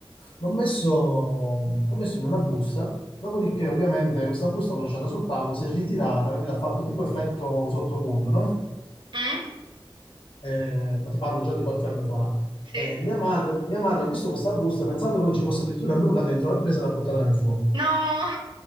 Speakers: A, on the left; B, on the right.
A: L'ho messo, l'ho messo in una busta, dopodiché ovviamente questa busta l'ho lasciata sul tavolo, si è ritirata, capito? Ha fatto tipo effetto sottovuoto, no?
B: Mm?
A: eh, ma ti parlo già di qualche anno fa,
B: Sì?
A: eh, mia, mad- mia madre ha visto questa busta pensando che non ci fosse addirittura nulla dentro, l'ha presa e l'ha buttata nel fuoco.
B: No,